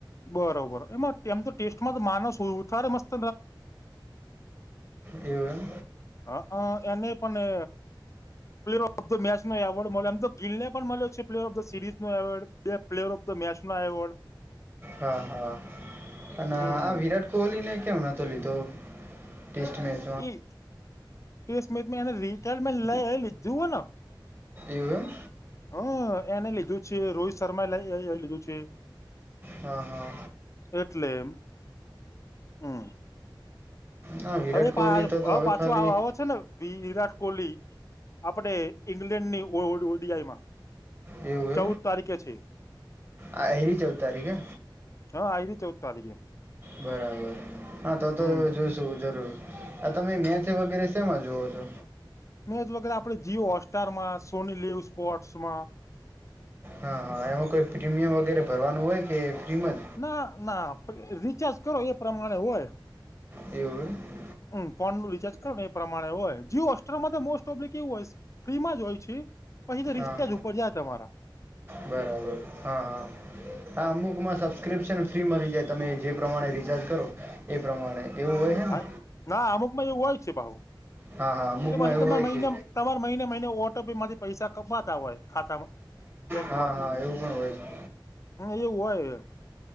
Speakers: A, on the left (about 40°); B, on the right (about 30°).
A: બરોબર. એમાં એમ તો ટેસ્ટમાં તો માણસ થારે મસ્ત
B: એવ એમ
A: હ એને પણ પ્લેયર ઓફ ધ મેચ નો એવોર્ડ મળ્યો એમ તો ગિલને પણ મળ્યો છે. પ્લેયર ઓફ ધ સીરીઝ નો એવોર્ડ. બે પ્લેયર ઓફ ધ મેચનો એવોર્ડ
B: હા હા! અને
A: હમ
B: આ વિરાટ કોહલી ને કેમ નતો લીધો ટેસ્ટ મેચ
A: એ ટેસ્ટ મેચ માં એને રિટાયરમેન્ટ લઈલી જુઓને
B: એવું એમ
A: હા! એને લીધું છે. રોહિત શર્મા એ લ એ લીધું છે.
B: હા હા
A: એટલે એમ હમ
B: ના વિરાટ
A: હવે
B: કોહલી તો તો હવે
A: પાછો
B: ખાલી
A: આવે છેને, વિરાટ કોહલી આપડણે ઈંગ્લેન્ડ ની ઓડીઆઈ મા
B: એવુ
A: ચૌદ તારીખે છે.
B: આ એરી ચૌદ તારીખે
A: હા આ આવી ર ચૌદ તારીખે
B: બરાબર. હા તો
A: હમ
B: તો એ જોશું જરૂર. આ તમે મેથ વગેરે તેમાં જુઓ છો.
A: મેંજ વગર આપડે જીવ હોટસ્ટાર માં, સોની લીવ સ્પોર્ટ્સ મા
B: હા હા! એમાં કોઈ પ્રીમિયમ વગેરે ભરવાનું હોય કે, પ્રીમ જ
A: ના ના રિચાર્જ કરો એ પ્રમાણે હોય.
B: એવું હે
A: હમ ફોન નું રિચાર્જ કરો ને પ્રમાણે હોય જીયો હોસ્ટસ્ટ ઓબ્લિક એવું હોય ફ્રીમાં જ હોય છે. પછી
B: હા
A: રિચાર્જ પડ જ તમારા
B: બરાબર હા હા હા! અમુકમાં સબસ્ક્રિપ્શન ફ્રી મળી જ તમે જે પ્રમાણે રિચાર્જ કરો, એ પ્રમાણે એવું હોય છે ને
A: હા ના અમુકમાં એવું હોય જ છે. ભહુ
B: હા હા અમુકમાં
A: એ પછી
B: એવું
A: ત
B: હોય
A: મહિને
B: છે
A: તમારે મહિને મહિને ઓટો પે માંથી પૈસા કપવાતા હોય. ખાતામાં બેંક
B: હા
A: માંથી
B: હા એવું પણ હોય છે.
A: હ એવું હોય.